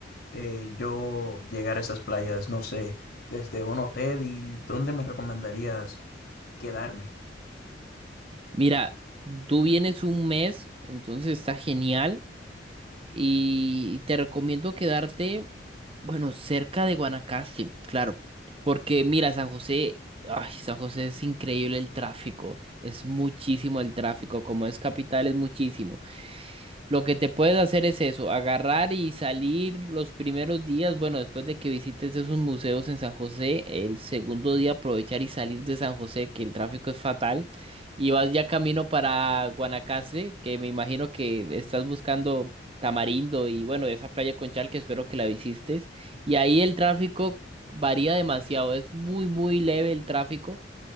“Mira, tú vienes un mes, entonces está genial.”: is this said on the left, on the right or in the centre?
Right